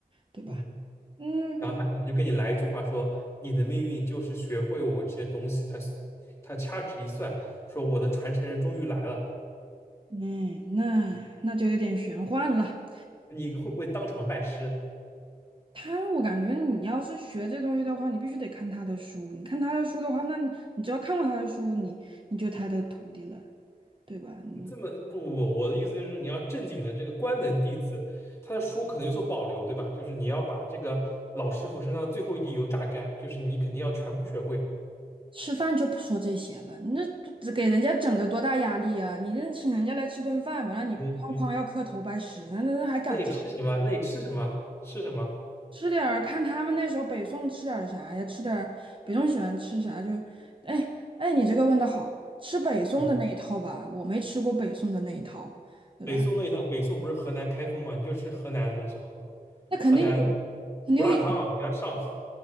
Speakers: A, on the right (about 35°); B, on the left (about 15°).
A: 对吧？
B: 嗯，
A: 嗯，
B: 然后他可能就跟你来一句话说，
A: <laughs> 不
B: 你的命运就是学会我这些东西。他他掐指一算，说我的传承人终于来了，
A: 哎那那就有点玄幻了。
B: 你会不会当场拜师？
A: 他，我感觉你要是学这东西的话，你必须得看他的书。你看他的书的话，那你只要看过他的书，你你就他的徒弟了，对吧？你
B: 你这么不不不，我的意思就是你要正经的这个关门弟子，他的书可能有所保留，对吧？就是你要把这个老师傅身上的最后一滴油榨干，就是你肯定要全部学会。
A: 吃饭就不说这些了，你这这这给人家整的多大压力啊！你这请人家来吃顿饭，完了你哐哐要磕头拜师，
B: 可以可以，
A: 那那那还敢吃？
B: 那你吃什么？那你吃什么？吃什么？
A: 吃点儿看他们那时候北宋吃点儿啥呀？吃点儿北宋喜欢吃啥就，哎哎，你这个问的好，吃北宋的那一套吧，
B: 嗯，
A: 我没吃过北宋的那一套，对吧？
B: 北宋那一套，北宋不是河南开封嘛？你就吃河南的东西好了，
A: 那肯定有。
B: 河南
A: 肯定有
B: 胡辣汤给他上，